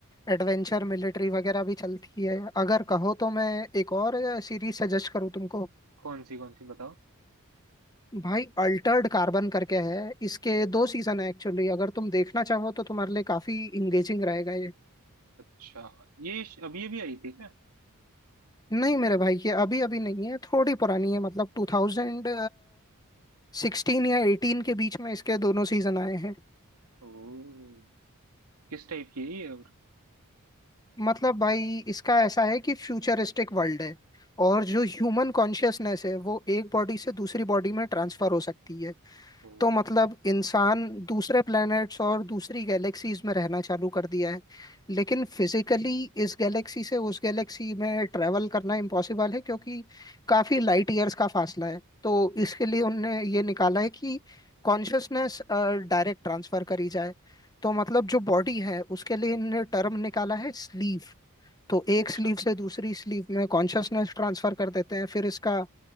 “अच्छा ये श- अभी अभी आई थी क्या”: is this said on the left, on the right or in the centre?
Right